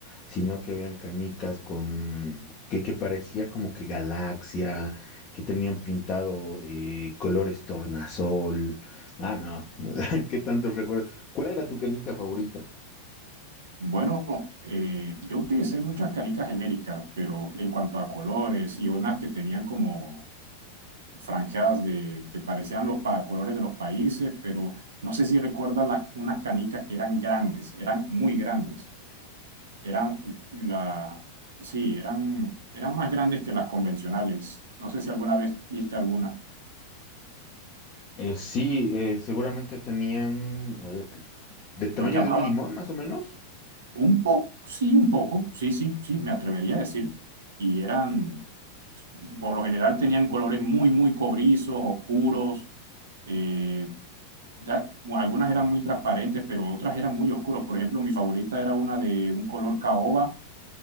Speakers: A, on the left (about 30°); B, on the right (about 65°).
A: sino que habían canicas con que, que parecía como que galaxia, que tenían pintado eh, colores tornasol. Ah, no, <laughs> qué tantos recuerdos. ¿Cuál era tu canica favorita?
B: Bueno, eh, yo utilicé muchas canicas genéricas, pero en cuanto a colores y unas que tenían como franjas de, que parecían los pa- colores de los países, pero no sé si recuerdas las, unas canicas que eran grandes, eran muy grandes, eran la, sí, eran, eran más grandes que las convencionales. No sé si alguna vez viste alguna.
A: Eh, sí, eh, seguramente tenían a ver, de tamaño
B: Los llamaba
A: de un limón, más o menos.
B: un poco, sí, un poco, sí, sí, sí, me atrevería a decir. Y eran, por lo general tenían colores muy, muy cobrizos, oscuros, eh, ya, algunas eran muy transparentes, pero otras eran muy oscuras. Por ejemplo, mi favorita era una de un color caoba,